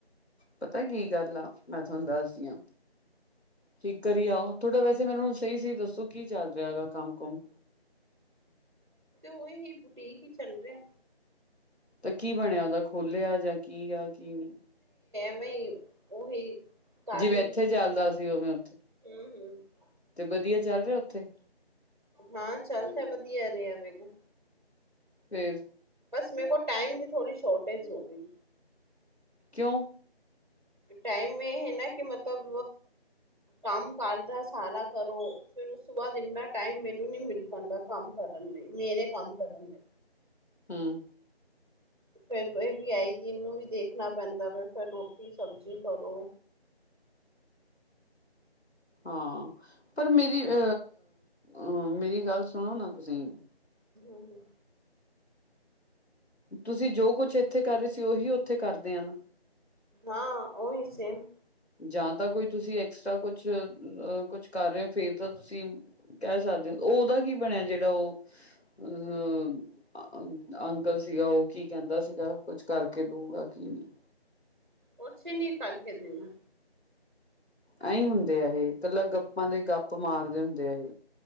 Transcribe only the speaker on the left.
ਪਤਾ ਕੀ ਗੱਲ ਆ ਮੈਂ ਤੁਹਾਨੂੰ ਦੱਸਦੀ ਹਾਂ ਠੀਕ ਕਰੀ ਆਓ ਥੋੜਾ ਵੈਸੇ ਮੈਨੂੰ ਸਹੀ ਸੀ ਦੱਸੋ ਕੀ ਚੱਲ ਰਿਹਾ ਗਾ ਕੰਮ ਕੁਮ
ਤਾਂ ਕੀ ਬਣਿਆ ਉਹਦਾ ਖੋਲਿਆ ਜਾਂ ਕੀ ਆ ਕੀ ਨਹੀਂ
ਜਿਵੇੈਂ
ਇੱਥੇ ਚੱਲਦਾੱਸ ਸੀ ਉਹਵੇ
ਤੇ ਵਧੀਆ ਚੱਲ ਰਿਹਾ ਉੱਥੇ
ਫੇਰ
ਕਿਉਂ
ਹਮ
ਹਾਂ ਪਰ ਮੇਰੀ ਅਹ ਅ ਮੇਰੀ ਗੱਲ ਸੁਣੋ ਨਾ ਤੁਸੀਂ
ਤੁਸੀਂ ਜੋ ਕੁਛ ਇੱਥੇ ਕਰ ਰਹੇ ਸੀ ਉਹੀ ਉੱਥੇ ਕਰਦੇ ਹਨ
ਜਾਂ ਤਾਂ ਕੋਈ ਤੁਸੀਂ ਐਕਸਟਰਾ ਕੁਛ ਕੁਛ ਕਰ ਰਹੇ ਹੋ ਫੇਰ ਤਾਂ ਤੁਸੀਂ ਕਹਿ ਸਕਦੇ ਹੋ ਉਹਦਾ ਕੀ ਬਣਿਆ ਜਿਹੜਾ ਉਹ ਅ ਅੰਕਲ ਸੀਗਾ ਉਹ ਕੀ ਕਹਿੰਦਾ ਸੀਗਾ ਕੁਛ ਕਰਕੇ ਦਊਗਾ ਕੀ ਨਹੀਂ
ਐਹੀ ਹੁੰਦੇ ਆ ਇਹ ਇਕੱਲਾ ਗੱਪਾਂ ਦੇ ਗੱਪ ਮਾਰਦੇ ਹੁੰਦੇ ਇਹ